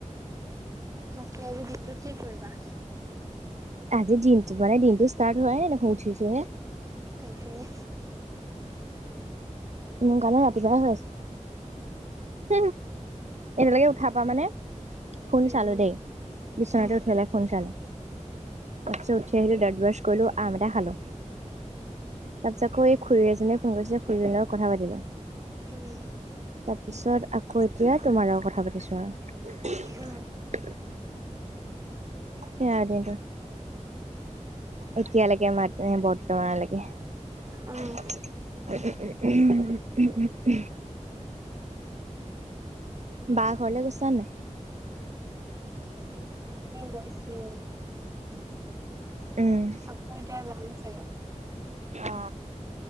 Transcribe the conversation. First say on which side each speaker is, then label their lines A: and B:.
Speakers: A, on the right (about 25°); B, on the right (about 65°).
A: বাকী আজি দিনটোত কি কৰিবা
B: আজি দিনটো মানে দিনটো ষ্টাৰ্ট হোৱাই নাই দেখোন উঠিছো হে
A: থেংক ইউ
B: তুমো কাৰণে ৰাতিপুৱাই হৈ আছে হ এতিালৈকে উঠা পা মানে ফোন
A: উম
B: চালো
A: উম
B: দেই বি্বনাতে
A: উম
B: উঠেলাই ফোন চালো তাৰপিছত উঠি আহিলো দত ব্ৰছ কৰিলো আম এটা খালো তাৰপিছত আকৌ এই খুৰী এজনীয়ে ফোন কৰিছিলে খুৰীজনীৰ লগত কথা পাতিলো
A: উম
B: পিছত আকৌ এতিয়া তোমাৰ লগত কথা পাতিছো আৰু
A: উম উম
B: সেৱা আদি এতিয়ালৈকে মাত বৰ্তমানলৈকে
A: উম
B: বা ঘৰলে গৈছা নে?
A: পইঢ
B: উম
A: আকৌ এতিয়া যাম চাগে
B: অ